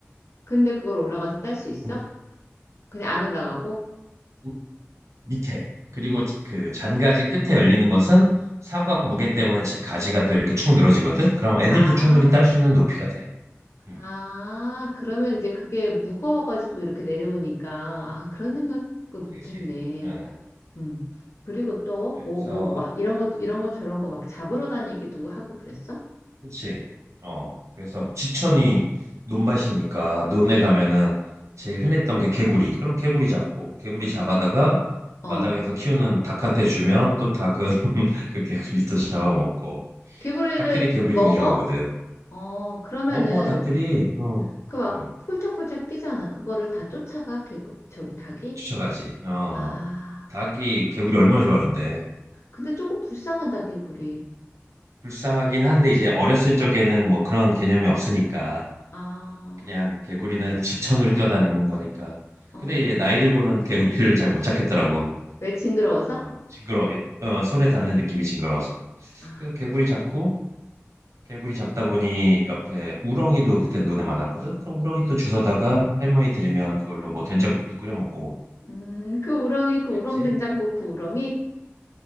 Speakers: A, on the left; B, on the right.
A: 근데 그걸 올라가서 딸 수 있어?
B: 뭐,
A: 그냥 안 올라가고?
B: 우- 밑에 그리고 지- 그 잔가지 끝에 열리는 것은 사과 무게 때문에 자- 가지가 또 이렇게 축 늘어지거든. 그럼 애들도
A: 아,
B: 충분히 딸 수 있는 높이가 돼. 음,
A: 아, 그러면 이제 그게 무거워가지고 이렇게 내려오니까, 아, 그런 생각을 못했네.
B: 그렇지. 음,
A: 음. 그리고 또,
B: 그래서
A: 뭐, 뭐, 막, 이런 것, 이런 거 저런 거 막 잡으러 다니기도 하고 그랬어?
B: 그렇지. 어, 그래서 지천이 논밭이니까 논에 가면은 제일 흔했던 게 개구리. 그럼 개구리 잡고 개구리 잡아다가
A: 어.
B: 마당에서 키우는 닭한테 주면 또 닭은 <laughs> 그 개구리 또 잡아먹고
A: 개구리를
B: 닭들이 개구리
A: 먹어?
B: 되게 좋아하거든.
A: 어, 그러면은,
B: 먹어, 닭들이. 어,
A: 그 막,
B: 어,
A: 폴짝폴짝 뛰잖아. 그거를 다 쫓아가, 개구, 저기 닭이?
B: 쫓아가지. 어,
A: 아,
B: 닭이 개구리 얼마나 좋아하는데.
A: 근데 조금 불쌍하다, 개구리.
B: 불쌍하긴 한데, 이제 어렸을 적에는 뭐 그런 개념이 없으니까.
A: 아,
B: 그냥 개구리는 지천으로 뛰어다니는 거니까.
A: 어.
B: 근데 이제 나이 들고는 개구리를 잘 못 잡겠더라고.
A: 왜 징그러워서?
B: 어, 징그러워. 어, 손에 닿는 느낌이 징그러워서.
A: 아.
B: 그래서 개구리 잡고, 개구리 잡다 보니 옆에 우렁이도 그때 눈에 많았거든. 그럼 우렁이 또 주워다가 할머니 들이면 그걸로 뭐 된장국도 끓여 먹고
A: 음, 그 우렁이, 그
B: 그랬지.
A: 우렁 된장국 그 우렁이?